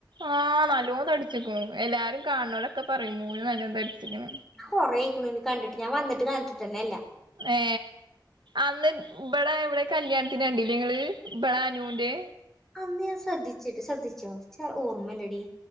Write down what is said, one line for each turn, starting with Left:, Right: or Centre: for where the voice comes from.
Right: ആഹ നല്ലോന്ന് തടിച്ചിക്കണുന്നു എല്ലാരും കാണലൊക്കെ പറയും മോന് നല്ലോന്ന് തടിച്ചിക്കുന്നു
Centre: ഞാൻ കുറെയിരിക്കണ ഇനി കണ്ടിട്ട് ഞാൻ വന്നിട്ട് കാട്ടി തന്നെല്ല
Right: ഏ അന്ന് ഇവിട ഇവിടെ കല്യാണത്തിന് കണ്ടില്ലേ നിങ്ങള് ഇ ബട അനുൻന്റെ
Centre: അമ്മ ഞാൻ ശ്രദ്ധിച്ചിട്ട് ശ്രദ്ധിച്ചോ ച ഓർമ്മല്ലടി